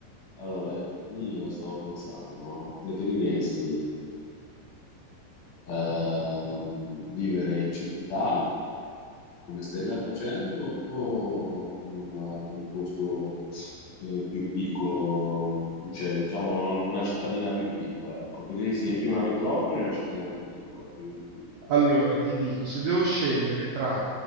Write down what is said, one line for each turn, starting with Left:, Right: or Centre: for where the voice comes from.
Left: Allora, io stavo pensando, no? Preferiresti ehm, vivere in città come stai già facendo o in, una- in un posto eh, più piccolo, cioè diciamo non- una cittadina più piccola, ecco, così sì, più una metropoli, una cittadina più piccola. quindi- sì.
Right: Allora, ti dico, se devo scegliere tra